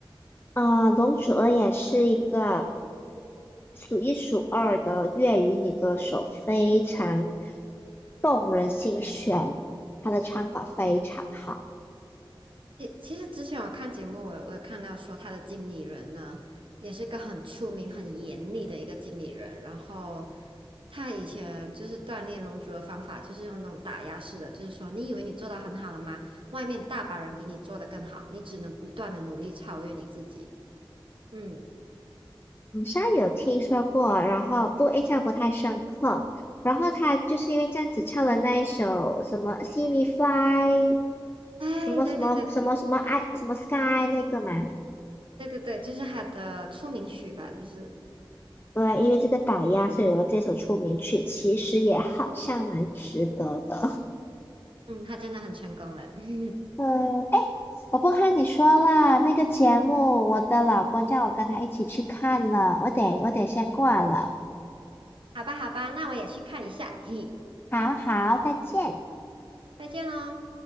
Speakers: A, on the left; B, on the right.
A: 啊、龙楚儿也是一个数一数二的粤语女歌手，非常动人心弦，她的唱法非常好。
B: 诶，其实之前我看节目，我我有看到说他的经理人呢，也是个很出名、很严厉的一个经理人。然后他以前就是锻炼容族的方法，就是用那种打压式的，就是说你以为你做到很好了吗？外面大把人比你做得更好，你只能不断的努力超越你自己。嗯，
A: 好像有听说过，然后不过印象不太深刻。然后他就是因为这样子唱了那一首什么《See Me Fly》，
B: 哎，
A: 什么什么什么什么爱什么
B: 对对对对
A: Sky 那个嘛。
B: 对对对，就是他的出名曲吧，就是
A: 对，因为这个打压，所以有了这首出名曲，其实也好像蛮值得的。
B: 嗯，他真的很成功了。<laughs>
A: 呃，哎，我不和你说了，那个节目，我的老公叫我跟他一起去看了，我得我得先挂了。
B: 好吧好吧，那我也去看一下，嘿嘿，
A: 好好，再见。
B: 再见喽。